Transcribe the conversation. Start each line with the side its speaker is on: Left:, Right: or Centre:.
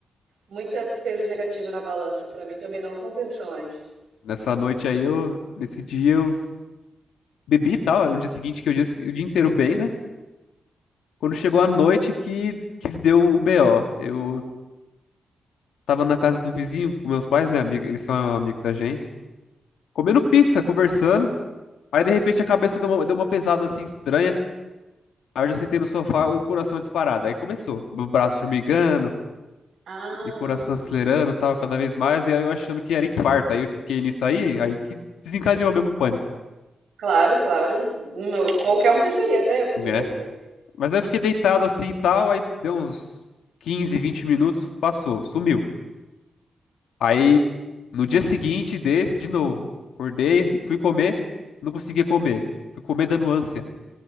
Right: muita peso negativo na balança. Para mim também não compensa mais.
Left: nessa noite aí eu, nesse dia eu bebi e tal. Aí No dia seguinte que eu disse o dia inteiro bem, né? Quando chegou a noite que, que deu o BO. Eu tava na casa do vizinho com meus pais, né, amigo? Eles são amigos da gente. Comendo pizza, conversando. Aí de repente a cabeça deu uma, deu uma pesada assim estranha. Aí eu já sentei no sofá e o coração disparado. Aí começou. O braço formigando,
Right: Ah,
Left: e coração acelerando, e tal, cada vez mais, e aí eu achando que era infarto. Aí eu fiquei nisso aí, aí que desencadeou mesmo o pânico,
Right: claro, claro. Não, Qualquer um pensaria, até eu pensaria
Left: né?
Right: também.
Left: Mas aí eu fiquei deitado assim e tal, aí deu uns 15 20 minutos, passou, sumiu. Aí no dia seguinte desse, de novo, acordei, fui comer, não conseguia comer. Fui comer dando ânsia.